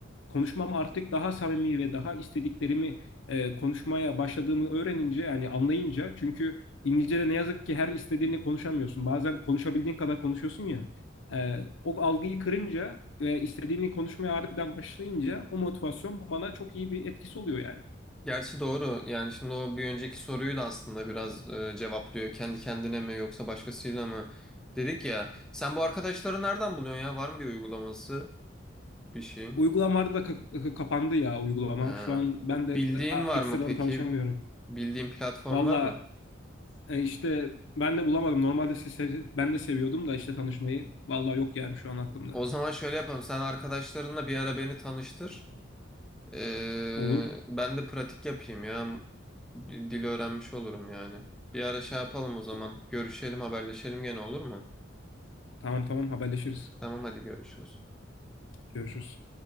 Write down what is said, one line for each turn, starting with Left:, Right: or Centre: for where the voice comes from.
Left: konuşmam artık daha samimi ve daha istediklerimi e, konuşmaya başladığımı öğrenince yani anlayınca çünkü İngilizce'de ne yazık ki her istediğini konuşamıyorsun. Bazen konuşabildiğin kadar konuşuyorsun ya. E, o algıyı kırınca ve istediğini konuşmaya harbiden başlayınca o motivasyon bana çok iyi bir etkisi oluyor yani.
Centre: Gerçi doğru. Yani şimdi o bir önceki soruyu da aslında biraz e, cevaplıyor. Kendi kendine mi yoksa başkasıyla mı? Dedik ya. Sen bu arkadaşları nereden buluyorsun ya? Var mı bir uygulaması? Bir şey.
Left: Uygulamalarda da ka- kapandı ya uygulama.
Centre: Ha.
Left: Şu an ben de
Centre: Bildiğin
Left: e,
Centre: var
Left: ekstradan
Centre: mı peki?
Left: tanışamıyorum.
Centre: Bildiğin platform
Left: Valla
Centre: var mı?
Left: e, işte ben de bulamadım. Normalde siz sev- ben de seviyordum da işte tanışmayı. Valla yok yani şu an aklımda.
Centre: O zaman şöyle yapalım. Sen arkadaşlarınla bir ara beni tanıştır. Ee,
Left: Olur.
Centre: ben de pratik yapayım ya. D- Dili öğrenmiş olurum yani. Bir ara şey yapalım o zaman.
Left: Ta-
Centre: Görüşelim, haberleşelim gene olur mu?
Left: tamam tamam haberleşiriz.
Centre: Tamam hadi görüşürüz.
Left: Görüşürüz.